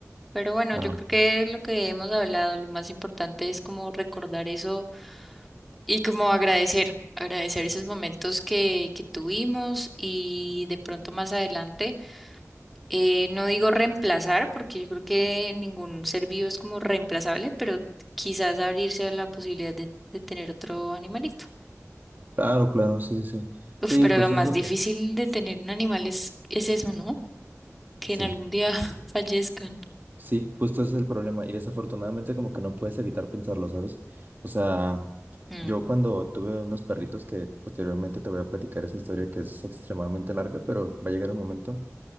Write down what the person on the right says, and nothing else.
claro,
claro, claro, sí, sí, sí.
Sí,
justo
es lo
que,
sí.
Sí, justo ese es el problema. Y desafortunadamente como que no puedes evitar pensarlo, ¿sabes? O sea,
yo cuando tuve unos perritos que posteriormente te voy a platicar esa historia que es extremadamente larga, pero va a llegar el momento.